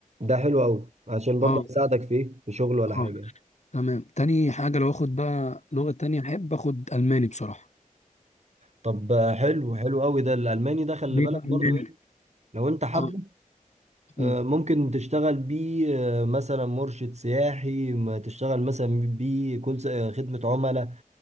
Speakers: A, on the right; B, on the left.
A: ده حلو قوي عشان برضه
B: اه
A: هيساعدك في ايه في شغل ولا
B: اه
A: حاجة
B: تمام تاني حاجه لو اخد بقى لغه تانية احب اخد الماني بصراحه
A: طب آه، حلو حلو قوي ده الالماني ده خلي
B: ليه
A: بالك
B: بقى الماني
A: برضو إيه، لو انت حابه
B: اه
A: آه،
B: أمم.
A: ممكن تشتغل بيه آه، مثلا مرشد سياحي ما تشتغل مثلا بيه كل س- آه، خدمة عملاء